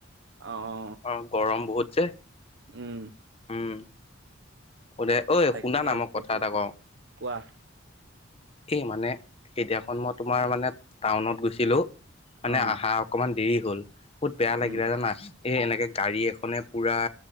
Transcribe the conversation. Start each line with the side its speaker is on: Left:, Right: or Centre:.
Right: অহ'।
Left: অ', গৰম বহুত যে।
Right: উম'।
Left: উম। ক'লে ঐ
Right: তাকে
Left: শুন না মই
Right: বহুত
Left: কথা এটা কওঁ।
Right: কোৱা
Left: এই মানে সেইদিনাখন মই তোমাৰ মানে টাউনত গৈছিলো মানে
Right: অ
Left: আহা অকমান দেৰি হ'ল বহুত বেয়া লাগিলে
Right: উম
Left: জানা এই এনেকে গাড়ী এখনে পুৰা